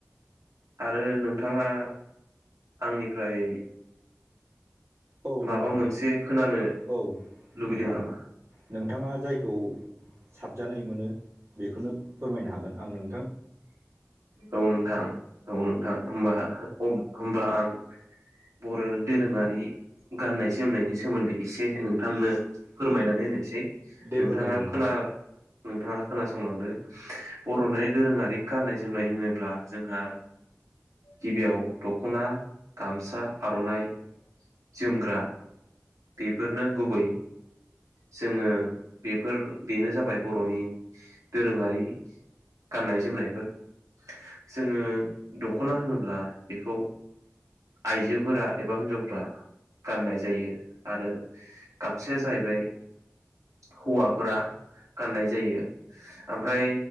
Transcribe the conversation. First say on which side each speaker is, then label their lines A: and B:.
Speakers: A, on the right; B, on the right.
A: आरो नोंथाङा आंनिफ्राय
B: औ
A: माबा
B: नोंथां
A: मोनसे खोनानो
B: औ
A: लुबैदों
B: नोंथां
A: नामा
B: नोंथाङा जायखौ साबजानाय मोनो बेखौनो फोरमायनो हागोन आं नों
A: औ नोंथां औ नोंथां होमबा अम होमबा आं बर'नि दोरोङारि गाननाय जोमनायनि सोमोन्दै एसे नोंथांनो फोरमायनानै होनोसै
B: दे
A: नोंथाङा
B: फोरमायदो नोंथां
A: खोना नोंथाङा खोनासंलांदो बर'नि दोरोङारि गाननाय जोमनाय होनोब्ला जोंहा गिबियाव दख'ना गामसा आर'नाइ जोमग्रा बेफोरनो गुबै जोङो बेफोर बेनो जाबाय बर'नि दोरोङारि गाननाय जोमनायफोर जोङो दख'ना होनोब्ला बेखौ आइजोफोरा एबा हिनजावफोरा गाननाय जायो आरो गामसाया जाहैबाय हौवाफोरा गाननाय जायो ओमफ्राय